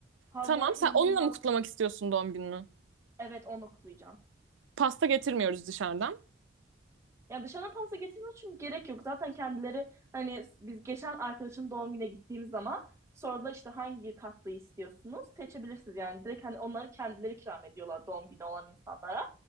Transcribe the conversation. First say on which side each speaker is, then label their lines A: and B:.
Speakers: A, on the right (about 15°); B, on the right (about 80°).
A: Havyar
B: Tamam
A: inanılmaz.
B: sen onunla mı kutlamak istiyorsun doğum gününü?
A: Evet onu okuyacağım.
B: Pasta getirmiyoruz dışarıdan.
A: Yani dışarıdan pasta getirmiyor çünkü gerek yok. Zaten kendileri hani biz geçen arkadaşım doğum gününe gittiğimiz zaman sordular işte hangi tatlıyı istiyorsunuz? Seçebilirsiniz yani. Direkt hani onları kendileri ikram ediyorlar doğum günü olan insanlara.